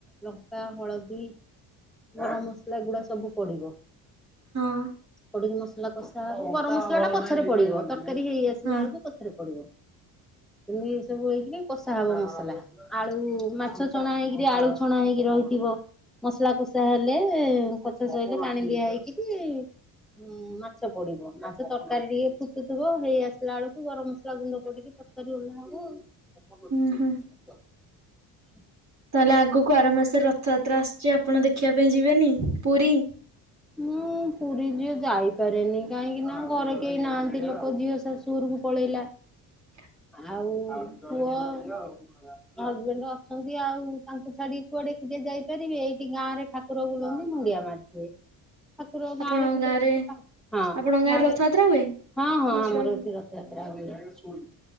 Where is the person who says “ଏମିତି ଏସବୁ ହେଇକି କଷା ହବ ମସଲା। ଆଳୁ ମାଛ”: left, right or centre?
Centre